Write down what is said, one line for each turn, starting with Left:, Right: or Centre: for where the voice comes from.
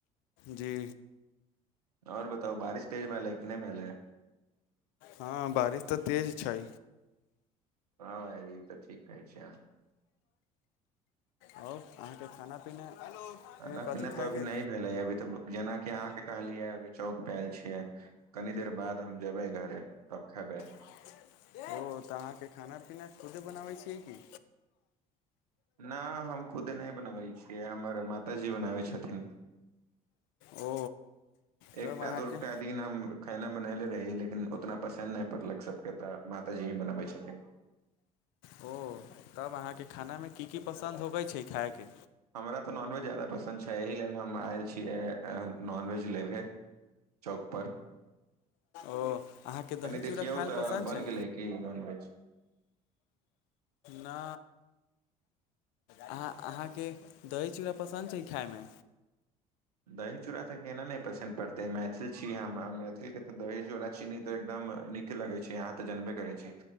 Left: जी
Right: आओर बता बारिश तेज भेलै कि नहि भेलै
Left: हँ बारिश त तेज छै
Right: हँ भाय ई त ठीक कहै छै
Left: आओर अहाँके खाना पीनामे
Right: खाना
Left: कथी
Right: पिना
Left: खायके
Right: तो अभी नहि भेलै अभी त जेनाकि अहाँके कहलियै अभी चौक पल छियै कनी देर बाद हम जेबे घरे तब खेबै
Left: ओ तऽ अहाँके खाना पीना खुदे बनाबै छियै कि
Right: नय हम खुद नहि बनबैत छियै हमर मातााजी बनाबै छथिन
Left: ओ तब
Right: एकटा
Left: अहाँके
Right: दूटा दिन हम खाना बनेले रहहि लेकिन उतना पसन्द नहि पड़लक सबके तऽ माताजी ही बनबै छथिन
Left: ओ तब अहाँके खानामे की की पसन्द होगै छै खायके
Right: हमरा तऽ नॉनवेज जादा पसन्द छै एहि लेल हम आयल छियै नॉनवेज लेके चौक पर
Left: ओ अहाँके दही
Right: कनि
Left: चूड़ा
Right: देखियौ
Left: खाय लेल
Right: तऽ
Left: पसन्द
Right: बन
Left: छै
Right: गेलै की नॉनवेज
Left: न अ अहाँके दही चूड़ा पसन्द छै खायमे
Right: दही चूड़ा त केना नहि पसन्द पड़तै मैथिल छी हम मैथिल के त दही चोरा चीनी ते एकदम निक लगे छै यहा तऽ जनबे करै छी